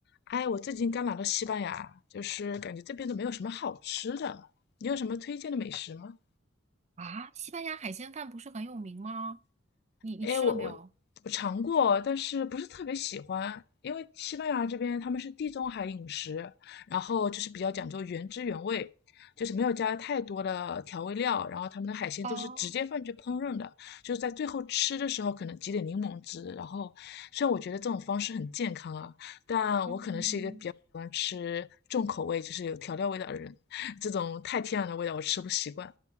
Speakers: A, on the left; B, on the right.
A: 哎，我最近刚来到西班牙，就是感觉这边都没有什么好吃的，你有什么推荐的美食吗？
B: 啊，西班牙海鲜饭不是很有名吗？你你吃了没有？
A: 哎，我我我尝过，但是不是特别喜欢，因为西班牙这边他们是地中海饮食，然后就是比较讲究原汁原味，就是没有加太多的调味料，然后他们的海鲜都是直接放进去烹饪的，
B: 哦，
A: 就是在最后吃的时候可能挤点柠檬汁，然后虽然我觉得这种方式很健康啊，但我可能是一个比较喜欢吃重口味，
B: 嗯。
A: 就是有调料味道的人，<laughs> 这种太天然的味道我吃不习惯。